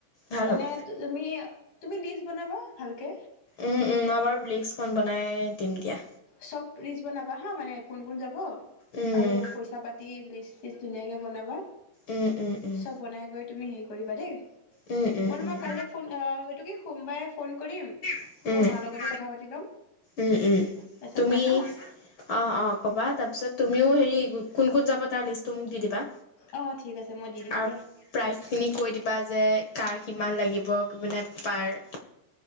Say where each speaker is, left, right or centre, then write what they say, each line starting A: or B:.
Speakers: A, on the left; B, on the left.
A: ভাল
B: তেনে
A: হ'ব
B: তুমি তুমি লিষ্ট বনাবা ভালকে
A: উম উম মই বাৰু লিষ্টখন বনাই দিম দিয়া
B: চব লিষ্ট বনাবা হা মানে কোন কোন যাব
A: উম।
B: আৰু পইচা পাতি কি লিষ্ট চিষ্ট ধুনীয়াকে বনাবা।
A: উম, উম, উম।
B: চব বনাই কৰি তুমি হেৰি কৰিবা দেই
A: উম উম
B: মই তোমাক
A: উম উম।
B: কাইলৈ ফোন সটো কি সোমবাৰে ফোন কৰিম
A: ত'
B: তোমাৰ মাৰ লগতো কথা পাতি ল'ম।
A: উম উম
B: তাৰপিছত
A: তুমি
B: ক'ম হা
A: অ অ কবা তাৰপিছত তুমিও হেৰি কোন কোন যাব তাৰ লিষ্টটো মোক দি দিবা
B: অ ঠিক আছে মই দি দিম
A: আৰু
B: দিয়া
A: প্ৰাইজ খিনি কৈ দিবা যে কাৰ কি- কিমান লাগিব মানে পাৰ-